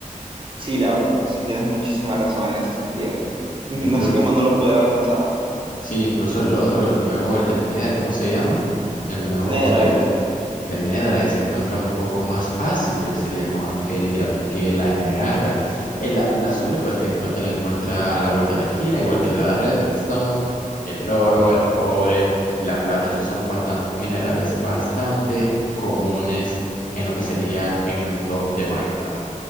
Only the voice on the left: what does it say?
Inclu-
sí, incluso el otro, el nuevo, el del Nether, ¿cómo se llama? El nuevo
material. El Netherite se encuentra un poco más fácil que sería co- que, el, dia- que la esmeralda. El lápiz azul, eh, pues te encuentra, la encuentra a la vuelta de la esquina, igual que la redstone, el oro, el cobre, la plata. Esos son bastante, minerales bastante comunes en lo que sería en el mundo de Minecraft.